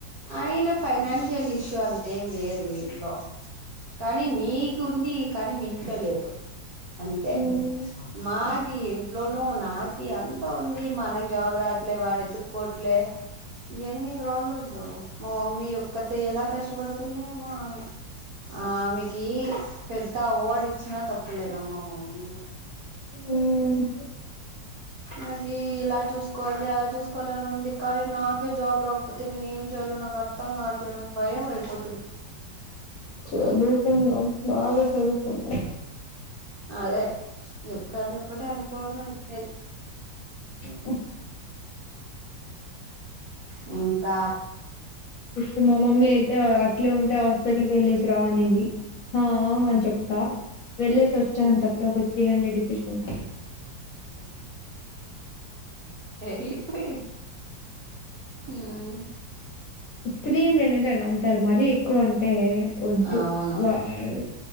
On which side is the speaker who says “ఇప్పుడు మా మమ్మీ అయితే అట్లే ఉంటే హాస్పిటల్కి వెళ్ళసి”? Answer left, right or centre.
Left